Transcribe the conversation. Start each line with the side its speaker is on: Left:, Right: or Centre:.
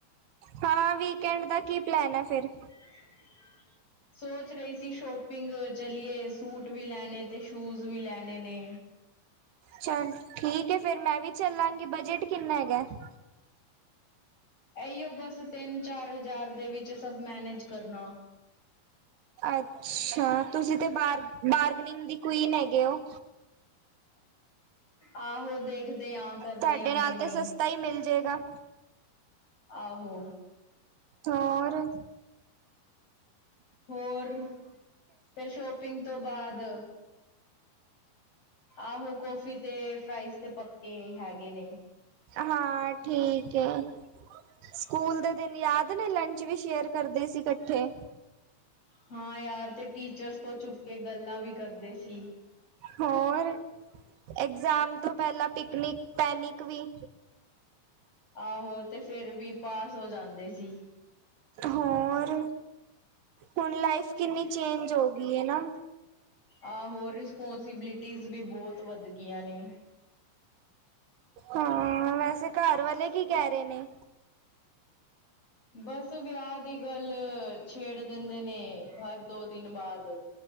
Right: ਹਾਂ ਵੀਕਐਂਡ ਦਾ ਕੀ ਪਲੈਨ ਆ ਫਿਰ।
Left: <inaudible> ਸੋਚ ਰਹੀ ਸੀ। ਸ਼ੋਪਿੰਗ ਚਲੀਏ ਸੂਟ ਵੀ ਲੈਣੇ ਤੇ ਸ਼ੂਜ਼ ਵੀ ਲੈਣੇ ਨੇ।
Right: ਚੱਲ ਠੀਕ ਹੈ ਫੇਰ ਮੈਂ ਵੀ ਚੱਲਾਂਗੀ ਬਜਟ ਕਿੰਨਾ ਹੈਗਾ ਹੈ।
Left: ਇਹੀਓ ਬਸ ਤਿੰਨ ਚਾਰ ਹਜ਼ਾਰ ਦੇ ਵਿੱਚ ਸਭ ਮੈਨੇਜ ਕਰਨਾ।
Right: ਅੱਛਾ ਤੁਸੀਂ ਤੇ ਬਾਹਰ ਬਾਰਗਨਿੰਗ ਦੀ ਕੁਈਨ ਹੈਗੇ ਹੋ।
Left: ਆਹੋ ਦੇਖਦੇ। ਆਂ ਕਰਦੇ
Right: ਤੁਹਾਡੇ
Left: ਆਂ
Right: ਨਾਲ
Left: ਕਿ ਨਹੀਂ
Right: ਤੇ ਸਸਤਾ ਹੀ ਮਿਲਜੇਗਾ।
Left: ਆਹੋ।
Right: ਹੋਰ
Left: ਹੋਰ, ਫਿਰ ਸ਼ੋਪਿੰਗ ਤੋਂ ਬਾਅਦ। ਆਹੋ ਕਾਫ਼ੀ ਤੇ ਫਰਾਈਜ਼ ਤੇ ਪੱਕੇ ਹੈਗੇ ਨੇ।
Right: ਹਾਂ ਠੀਕ ਹੈ, ਸਕੂਲ ਦੇ ਦਿਨ ਯਾਦ ਨੇ ਲੰਚ ਵੀ ਸ਼ੇਅਰ। ਕਰਦੇ ਸੀ ਇਕੱਠੇ।
Left: ਹਾਂ ਯਾਰ, ਤੇ ਟੀਚਰਸ ਤੋਂ ਛੁਪ ਕੇ ਗੱਲਾਂ ਵੀ ਕਰਦੇ ਸੀ।
Right: ਹੋਰ ਐਗਜ਼ਾਮ ਤੋਂ ਪਹਿਲਾਂ ਪਿਕਨਿਕ ਪੈਨਿਕ ਵੀ।
Left: ਆਹੋ ਤੇ ਫੇਰ ਵੀ ਪਾਸ ਹੋ ਜਾਂਦੇ ਸੀ।
Right: ਹੋਰ, ਹੁਣ ਲਾਈਫ ਕਿੰਨੀ ਚੇਂਜ ਹੋ ਗਈ ਏ ਨਾ।
Left: ਆਹੋ, ਰਿਸਪੋਂਸੀਬਿਲਿਟੀਜ਼ ਵੀ ਬਹੁਤ ਵੱਧ ਗਈਆਂ ਨੇ।
Right: ਹਾਂ, ਵੈਸੇ ਘਰ ਵਾਲੇ ਕੀ ਕਹਿ ਰਹੇ ਨੇ?
Left: ਬਸ ਵਿਆਹ ਦੀ ਗੱਲ ਛੇੜ ਦੇੰਦੇ ਨੇ ਹਰ ਦੋ ਦਿਨ ਬਾਦ।